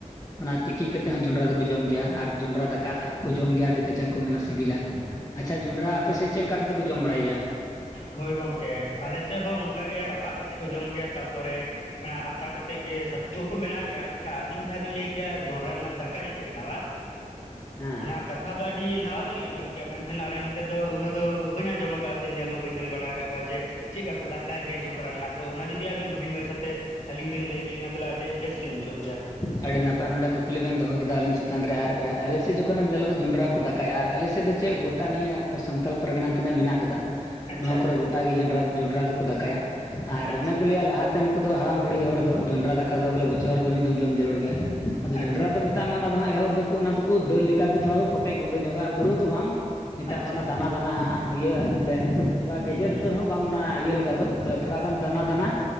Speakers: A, on the left (about 25°); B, on the left (about 60°).
A: ᱚᱱᱟ ᱛᱤᱠᱤ ᱠᱟᱛᱮᱫ ᱦᱚᱸ ᱡᱚᱸᱰᱨᱟ ᱫᱚᱠᱚ ᱡᱚᱢ ᱜᱮᱭᱟ ᱟᱨ ᱡᱚᱱᱰᱨᱟ ᱫᱟᱠᱟ ᱠᱚ ᱡᱚᱢ ᱜᱮᱭᱟ ᱟᱹᱰᱤ ᱠᱟᱡᱟᱠ ᱠᱚ ᱢᱮᱱᱟ ᱥᱤᱵᱤᱞᱟ᱾ ᱟᱪᱪᱷᱟ ᱡᱚᱸᱰᱨᱟ ᱟᱯᱮ ᱥᱮᱫ ᱪᱮᱫ ᱞᱮᱠᱟ ᱠᱟ ᱠᱟᱛᱮᱫ ᱠᱚ ᱡᱚᱢ ᱵᱟᱲᱟᱭ ᱜᱮᱭᱟ?
B: ᱦᱳᱭ ᱜᱚᱝᱠᱮ ᱟᱞᱮ ᱥᱮᱫ ᱦᱚᱸ ᱚᱱᱠᱟ ᱜᱮ ᱨᱟᱯᱟᱜ ᱠᱟᱛᱮᱜ ᱠᱚ ᱡᱚᱢ ᱜᱮᱭᱟ ᱛᱟᱯᱚᱨᱮ ᱚᱱᱟ ᱟᱛᱟ ᱠᱟᱛᱮᱫ ᱜᱮ ᱪᱟᱹᱛᱩ ᱠᱚᱠᱚ ᱵᱮᱱᱟᱣ ᱜᱮᱭᱟ ᱟᱪᱪᱷᱟ ᱟᱹᱵᱤᱱ ᱡᱟᱦᱟᱸ ᱵᱤᱱ ᱞᱟᱹᱭ ᱠᱮᱜᱼᱟ ᱡᱚᱸᱰᱨᱟ ᱨᱮᱱᱟᱜ ᱫᱟᱠᱟ ᱜᱮᱠᱚ ᱵᱮᱱᱟᱣᱟ᱾
A: ᱦᱮᱸ
B: <unintelligible> ᱚᱱᱟ ᱠᱟᱛᱷᱟ ᱫᱚ ᱟᱹᱰᱤ ᱱᱟᱣᱟ ᱜᱮᱞᱤᱧ ᱟᱸᱡᱚᱢ ᱠᱮᱜᱼᱟ ᱢᱮᱱᱠᱷᱟᱱ ᱟᱞᱮ ᱱᱚᱛᱮ ᱫᱚ ᱩᱱᱟᱹᱜ ᱫᱚ ᱵᱟᱹᱧ ᱟᱸᱡᱚᱢ ᱟᱠᱟᱫᱼᱟ᱾ ᱧᱮᱞ ᱦᱚᱸ ᱵᱟᱹᱧ ᱧᱮᱞ ᱵᱟᱲᱟ ᱟᱠᱟᱫ ᱠᱚᱣᱟ ᱡᱮ ᱪᱮᱫ ᱞᱮᱠᱟ ᱠᱚ ᱫᱟᱠᱟ ᱜᱮᱭᱟ ᱡᱚᱸᱰᱨᱟ ᱨᱮᱱᱟᱜ ᱫᱚ ᱚᱱᱟ ᱡᱩᱫᱤ ᱟᱵᱮᱱ ᱦᱩᱰᱤᱧ ᱦᱩᱰᱤᱧ ᱢᱟᱪᱷᱟᱛᱮ ᱟᱹᱞᱤᱧ ᱵᱮᱱ ᱞᱟᱹᱭ ᱠᱤᱧᱟ ᱛᱟᱦᱚᱞᱮ ᱟᱹᱰᱤ ᱵᱮᱥᱞᱤᱧ ᱵᱩᱡᱟᱹᱣ ᱠᱮᱭᱟ᱾
A: ᱟᱹᱰᱤ ᱱᱟᱯᱟᱭ ᱱᱚᱰᱮ ᱠᱩᱠᱞᱤ ᱵᱮᱱ ᱫᱚᱦᱚ ᱠᱮᱫᱟ ᱟᱹᱞᱤᱧ ᱪᱮᱛᱟᱱ ᱨᱮ ᱟᱨ ᱟᱞᱮ ᱥᱮᱫ ᱡᱚᱠᱷᱚᱱᱮᱢ ᱧᱮᱞᱟ ᱫᱚ ᱡᱚᱸᱰᱨᱟ ᱠᱚ ᱫᱟᱠᱟᱭᱟ ᱟᱨ ᱟᱞᱮ ᱥᱮᱫ ᱫᱚᱼᱼ ᱪᱮᱫ ᱜᱚᱴᱟ ᱱᱤᱭᱟᱹ ᱥᱟᱱᱛᱟᱞ ᱯᱟᱨᱜᱟᱱᱟ ᱛᱤᱱᱟᱹᱜ ᱢᱮᱱᱟᱜ ᱟᱠᱟᱫᱟ᱾
B: ᱟᱪᱪᱷᱟ
A: ᱱᱚᱣᱟ ᱠᱚᱨᱮ ᱜᱚᱴᱟ ᱜᱮ ᱡᱚᱱᱰᱨᱟ ᱡᱚᱸᱱᱰᱨᱟ ᱫᱚᱠᱚ ᱫᱟᱠᱟᱼᱼ ᱠᱟᱭᱟ ᱟᱨ
B: ᱟᱪᱪᱷᱟ
A: ᱚᱱᱮ ᱠᱚ ᱞᱟᱹᱭᱟ ᱞᱟᱦᱟᱛᱮ ᱱᱩᱠᱩ ᱫᱚ ᱦᱟᱲᱟᱢ ᱵᱩᱲᱦᱤ ᱦᱚᱲ ᱫᱚ, ᱡᱚᱸᱱᱰᱨᱟ ᱫᱟᱠᱟ ᱫᱚ ᱵᱚᱞᱮ ᱵᱚᱪᱷᱚᱨ ᱨᱮ ᱢᱤᱫ ᱫᱷᱚᱢᱼᱼ ᱡᱚᱢ ᱡᱟᱹᱨᱩᱲ ᱜᱮᱭᱟ᱾ ᱟᱫᱚ ᱡᱚᱸᱱᱰᱨᱟ
B: ᱟᱪᱪᱷᱟ
A: ᱫᱚ ᱢᱮᱛᱟᱜ ᱢᱮ ᱚᱱᱟ ᱫᱚ ᱦᱟᱸᱜ ᱮᱦᱚᱵ ᱨᱮ ᱫᱚᱠᱚ ᱚᱱᱟ ᱫᱚᱠᱚ ᱫᱟᱹᱞᱼᱼ ᱠᱟ ᱜᱩ ᱛᱷᱚᱲᱟ ᱠᱚ ᱠᱚᱴᱮᱡ ᱜᱩᱰᱟᱹ ᱧᱚᱜᱚᱜᱼᱟ ᱯᱩᱨᱟᱹ ᱫᱚ ᱵᱟᱝ, ᱢᱮᱛᱟᱜ
B: ᱟᱪᱪᱷᱟ
A: ᱢᱮ ᱚᱱᱟ ᱫᱟᱱᱟ ᱫᱟᱱᱟ ᱦᱟᱸᱜ ᱤᱭᱟᱹ ᱵᱚᱞᱮᱼᱼ ᱛᱷᱚᱲᱟ ᱜᱮᱡᱮᱨ
B: ᱦᱩᱸ ᱦᱩᱸ
A: ᱩᱛᱟᱹᱨ ᱦᱚᱸ ᱵᱟᱝ ᱚᱱᱟ ᱤᱭᱟᱹ ᱞᱮᱠᱟ ᱫᱚ, ᱛᱚᱞᱮ ᱛᱷᱚᱲᱟᱜᱟᱱ ᱫᱟᱱᱟ ᱫᱟᱱᱟ